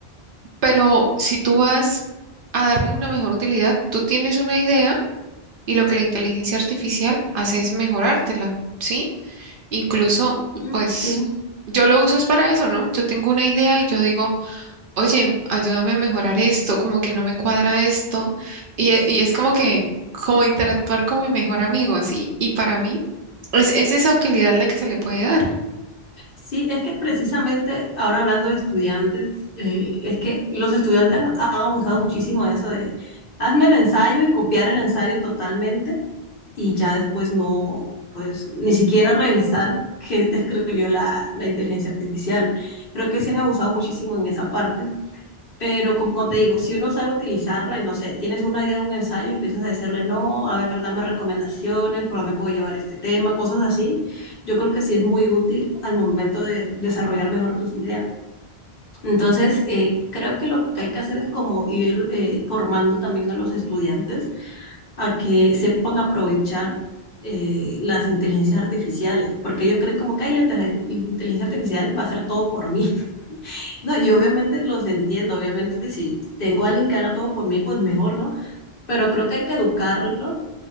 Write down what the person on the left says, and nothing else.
Mm,
sí,
sí,
Sí, es que precisamente ahora hablando de estudiantes, eh, es que los estudiantes han, han abusado muchísimo de eso de hazme el ensayo y copiar el ensayo totalmente y ya después no, pues ni siquiera revisar qué te escribió la, la inteligencia artificial. Creo que se han abusado muchísimo en esa parte Pero como te digo, si uno sabe utilizarla y no sé, tienes una idea de un ensayo y empiezas a decirle, no, a ver, dame recomendaciones, por dónde puedo llevar este tema, cosas así, yo creo que sí es muy útil al momento de desarrollar mejor tus ideas. Entonces, eh, creo que lo que hay que hacer es como ir eh, formando también a los estudiantes a que sepan aprovechar eh, las inteligencias artificiales, porque ellos creen como que "Ay, la inte- la inteligencia artificial va a hacer todo por mí. No, y obviamente los entiendo, obviamente si tengo a alguien que haga todo por mí, pues mejor, ¿no? Pero creo que hay que educarlos,